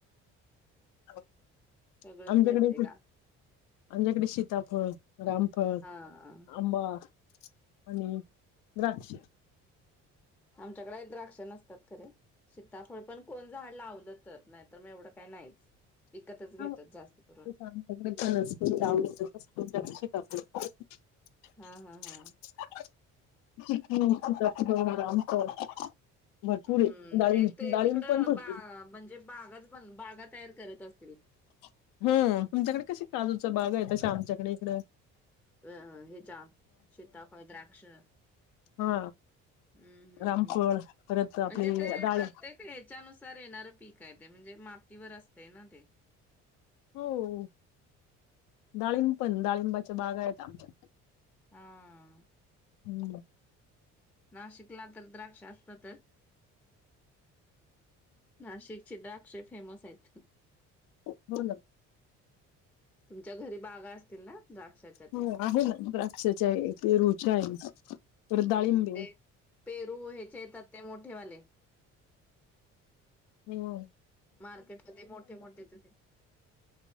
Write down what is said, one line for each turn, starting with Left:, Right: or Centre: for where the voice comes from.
Left: <unintelligible>
Centre: सगळंच
Left: आमच्याकडे,
Centre: भेटते का?
Left: आमच्याकडे सीताफळ, रामफळ,
Centre: हा
Left: आंबा.. आणि, द्राक्ष.
Centre: आमच्याकडे द्राक्ष नसतात खरे, सीताफळ पन कोन झाड लावल तर. नाय तर काय मं एवढं काय नाहीच.
Left: <unintelligible>
Centre: विकतच घेतात जास्त करून
Left: <unintelligible>
Centre: हा हा हा. हम्म
Left: आहे डाळिंब
Centre: ते ते
Left: डाळिंब
Centre: तिकड,
Left: पण भरपूर
Centre: बा. म्हंजे बागाच बन बागाच तयार करत असतील.
Left: हं, तुमच्याकडे कशी काजूच बाग हाय, तशी आमच्याकडे हिकडं
Centre: हं हं ह्याच्या सीताफळ, द्राक्ष हं
Left: हा
Centre: हं
Left: रामफळ
Centre: हं
Left: परत आपली
Centre: म्हणजे ते..
Left: डाळी
Centre: प्रत्येक ह्याचानुसार येणार पीक हाय ते म्हंजे मातीवर असतंय ना ते.
Left: हो हो हो डाळिंब पन, डाळिंबाच्या बगा आहेत आमच्या.
Centre: हा.
Left: <inaudible>
Centre: नाशिकला तर द्राक्ष असतातच. नाशिकची द्राक्षेच फेमस आहेत.
Left: हो ना.
Centre: तुमच्या घरी बागा असतील ना? द्राक्षाच्या
Left: हो
Centre: ते
Left: आहे ना, द्राक्षाच्या आहेत, पेरूच्या आहेत,
Centre: हम्म
Left: परत डाळिंबे.
Centre: ते पेरू ह्याचे येतात ते मोठेवाले
Left: आणि हो
Centre: मार्केट मध्ये मोठे मोठेच येते.